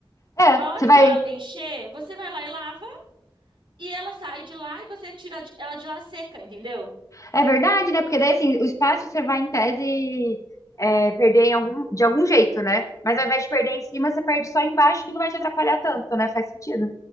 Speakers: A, on the left; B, on the right.
A: É,
B: A hora
A: você vai.
B: que ela encher, você vai lá e lava, e ela sai de lá e você tira de- ela de lá seca, entendeu?
A: É verdade, né? Porque daí, assim, o espaço você vai, em tese, é, perder em algum... de algum jeito, né? Mas ao invés de perder em cima, você perde só embaixo, que não vai te atrapalhar tanto, né? Faz sentido.